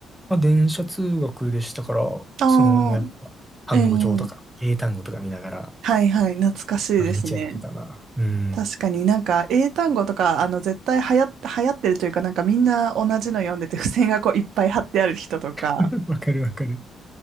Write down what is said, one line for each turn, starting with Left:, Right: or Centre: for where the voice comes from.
Centre: まあ、電車通学でしたから、
Right: ああー、
Centre: その、もうやっぱ、単語帳とか、
Right: えー、
Centre: 英単語とか見ながら、
Right: はいはい、懐かしいですね。
Centre: 毎日やってたな。うん。
Right: 確かになんか英単語とか、あの、絶対流行っ、流行ってるというか、なんかみんな同じの読んでて、付箋がこういっぱい貼ってある人とか、
Centre: <laughs> わかるわかる。